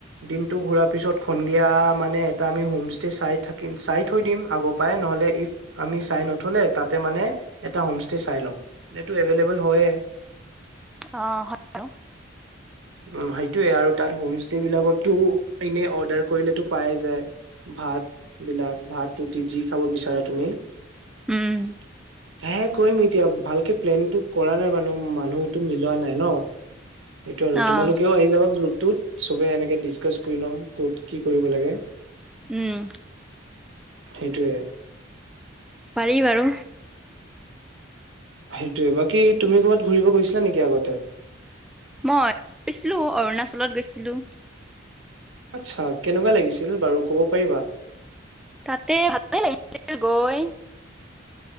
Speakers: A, on the right; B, in the centre.
A: দিনটো ঘুৰা পিছত সন্ধিয়া মানে এটা আমি হোম ষ্টে চাই থাকিম চাই থৈ দিম আগপ পাই নহলে ই আমি চাই নথলে তাতে মানে এটা হোম ষ্টে চাই ল'ম নে টো এভেইলেবল হয়ে।
B: অ। বাৰু।
A: উম, সেইটোয়ে আৰু তাত হোম ষ্টে বিলাকতো এনে অৰ্ডাৰ কৰিলেটো পায়ে যায়। ভাতবিলাক ভাত ৰুটি যি খাব বিচাৰা তুমি। ধেত।
B: উম,
A: কৰিম এতিয়া ভালকে প্লেনটো কৰা নাই বানু মানুহ এইটো মিলোৱা নাই ন। টো আৰু তোমালোকেও
B: অ',
A: আহি যাবা গ্ৰুপটোত চবে এনেকে ডিচকাচ কৰি ল'ম ক'ত কি কৰিব লাগে।
B: উম।
A: সেইটোয়ে।
B: পাৰি বাৰু।
A: সেইটোৱে, বাকী তুমি ক'ৰবাত ঘূৰিব গৈছিলা নেকি আগতে?
B: মই গৈছিলো, অৰুণাচলত গৈছিলো।
A: আচ্ছা, কেনেকুৱা লাগিছিল বাৰু ক'ব পাৰিবা?
B: তাতে ভাল লাগিছিলে গৈ।